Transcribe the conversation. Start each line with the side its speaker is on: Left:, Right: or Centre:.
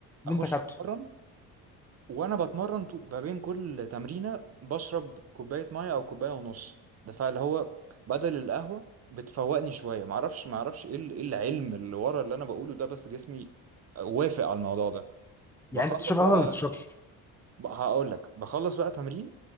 Centre: اللي
Right: اخش
Centre: انت كاتبه
Right: اتمرن وانا بتمرن طو- ما بين كل تمرينه بشرب كوبايه ميه او كوبايه ونص ده فاللي هو بدل القهوه بتفوقني شويه معرفش معرفش ايه ال- إيه العلم اللي ورا اللي انا بقوله ده بس جسمي وافق على الموضوع ده
Centre: يعني
Right: بخلص
Centre: انت بتشرب قهوه
Right: بقى
Centre: ولا ما بتشربش
Right: ب- هقول لك بخلص بقى تمرين